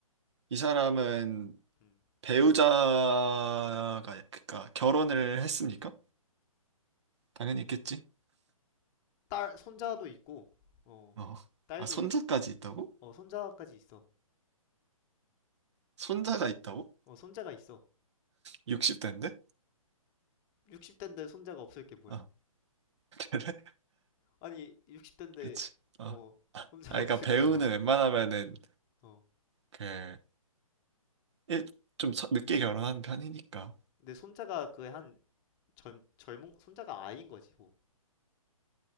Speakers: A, on the right; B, on the left.
A: 이 사람은
B: 음.
A: 배우자가 그러니까 결혼을 했습니까? 당연히 있겠지.
B: 딸 손자도 있고 어.
A: 어.
B: 딸도
A: 아, 손자까지
B: 이-
A: 있다고?
B: 어 손자까지 있어.
A: 손자가 있다고?
B: 어 손자가 있어.
A: 60대인데?
B: 60대인데 손자가 없을 게 뭐야?
A: 어, <laughs> 그래?
B: 아니 60대인데
A: 그치. 어.
B: 어
A: 아,
B: 손자가
A: 그러니까
B: <laughs> 없을
A: 배우는
B: 게 뭐야?
A: 웬만하면은
B: 어.
A: 그 일, 좀 서- 늦게 결혼한 편이니까.
B: 근데 손자가 그 한 젊 젊은 손자가 아이인 거지 뭐.